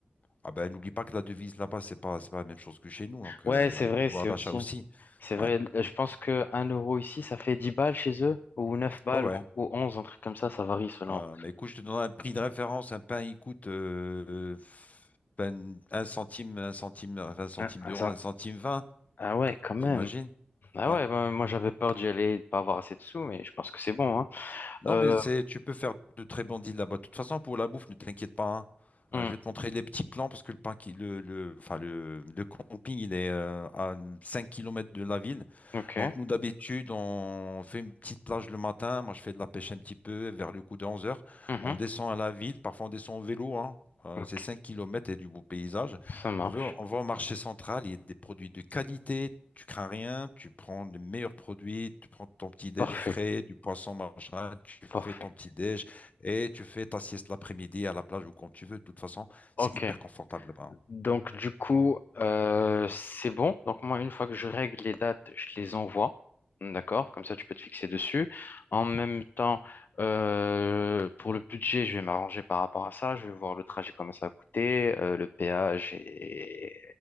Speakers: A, on the left (about 45°); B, on the left (about 70°).
A: Ah ben n'oublie pas que la devise là-bas, c'est pas, c'est pas la même chose que chez nous. Donc
B: Ouais,
A: euh,
B: c'est
A: le
B: vrai,
A: pouvoir
B: c'est
A: d'achat
B: aussi.
A: aussi.
B: C'est vrai,
A: Ouais,
B: euh, je pense que un euro ici, ça fait 10 balles chez eux, ou neuf balles,
A: ouais, ouais.
B: ou ou 11, un truc comme ça, ça varie selon.
A: Euh, mais écoute, je te donne un prix de référence. Un pain, il coûte euh, ben, un centime, un centime, enfin, un centime
B: Ah, ah,
A: d'euro,
B: ça-
A: un centime vingt,
B: ah ouais, quand même.
A: t'imagines?
B: Ah
A: Ouais.
B: ouais, bah, moi j'avais peur d'y aller, de pas avoir assez de sous, mais je pense que c'est bon, hein.
A: Non,
B: Euh,
A: mais c'est, tu peux faire de très bons deals là-bas. De toute façon, pour la bouffe, ne t'inquiète pas. hein.
B: hmm,
A: Euh, je vais te montrer les petits plans parce que le, pain qui, le, le, enfin, le, le camping, il est euh, à 5 kilomètres de la ville.
B: ok,
A: Donc, nous, d'habitude, on fait une petite plage le matin. Moi, je fais de la pêche un petit peu vers le coup de onze heures,
B: mhm,
A: On descend à la ville. Parfois, on descend en vélo. hein. Euh,
B: ok,
A: c'est 5 kilomètres et du beau paysage.
B: ça marche.
A: On veut, on va au marché central, il y a des produits de qualité, tu crains rien, tu prends les meilleurs produits, tu prends ton petit déj
B: Parfait,
A: frais, du poisson machin, tu fais
B: parfait.
A: ton petit déj et tu fais ta sieste l'après-midi à la plage ou quand tu veux. De toute façon,
B: Ok,
A: c'est hyper confortable là-bas.
B: Donc, du coup, euh, c'est bon. Donc, moi, une fois que je règle les dates, je les envoie. D'accord? Comme ça, tu peux te fixer dessus. En même temps, euh, pour le budget, je vais m'arranger par rapport à ça. Je vais voir le trajet, comment ça va coûter, euh, le péage et